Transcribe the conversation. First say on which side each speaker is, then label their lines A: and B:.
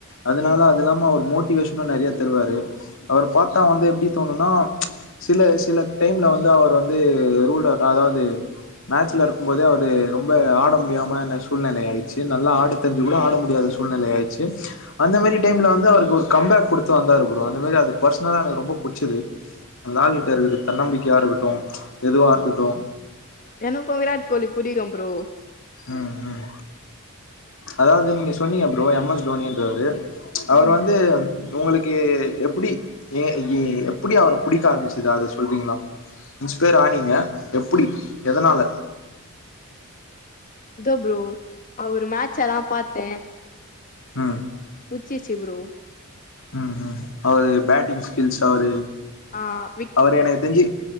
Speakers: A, on the left; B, on the left.
A: அதுனால அதுல்லாம அவுர் மோட்டிவேஷ்ன்னு நறைய தருவாரு அவுர் பாத்தா வந்து எப்டி தோணுனா சில சில டைம்ல வந்து அவுர்வந்து ரூல்டர் அதாவுது மேட்ச்ல இருக்கும்போதே அவுரு ரொம்ப ஆட முடியாம ந சூழ்நிலை ஆயிர் சி நல்லா ஆட தெரிஞ்சு கூட ஆட முடியாத சூழ்நில ஆய்டுச்சு அந்த மாரி டைம்ல வந்து அவருக்கு ஒரு கம்பேக் குடுத்து வந்தாரு ப்ரோ அந்த மாரி அது பர்சனலா எனக் ரொம்ப புடிச்சுது அந்த ஆலுகிட்ட இருக்கர்து தன்னம்பிக்கியா இருக்குட்டு எதுவா ருக்ட்டு
B: எனக்கூ விராட்கோலி புடிக்கும் ப்ரோ
A: ம் ம் அதாவுது நீங்க சொன்னீங்க ப்ரோ எம் எஸ் டோனின்றவர் அவுர்
B: ம்
A: வந்து உங்களுக்கு எப்டி ஏ எப்படி அவர புடிக்க ஆரம்பிச்சது அத சொல்ரிங்கள இன்ஸ்பேர் ஆனிங்க எப்புடி எதனால
B: தோ ப்ரோ அவுரு மேட்ச்சலா பாத்தே
A: ம்
B: புச்சிச்சு ப்ரோ
A: ம் ம் அவுரு பேட்டிங் ஸ்கில்ஸ் அவுரு
B: அ
A: அவர் எனக்தெஞ்சு